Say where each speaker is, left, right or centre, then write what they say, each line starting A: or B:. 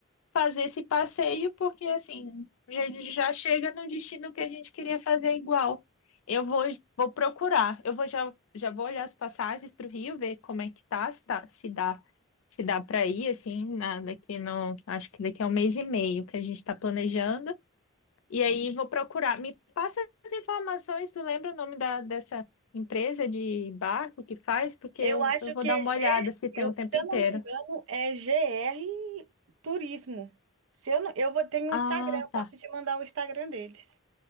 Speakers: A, on the left; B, on the right.
A: fazer esse passeio, porque assim, já, já chega no destino que a gente queria fazer igual. Eu vou, vou procurar, eu vou já, já vou olhar as passagens para o Rio, ver como é que tá, se, tá, se dá, se dá para ir, assim, na, daqui não, acho que daqui a um mês e meio que a gente está planejando. E aí vou procurar. Me passa as informações, tu lembra o nome da, dessa empresa de barco que faz? Porque
B: Eu
A: eu,
B: acho
A: eu vou
B: que
A: dar
B: é
A: uma
B: G,
A: olhada se tem
B: eu,
A: o tempo
B: se eu
A: inteiro.
B: não me engano, é GR Turismo. Se eu, não, eu vou, tenho
A: Ah,
B: um Instagram, eu posso
A: tá.
B: te mandar o Instagram deles.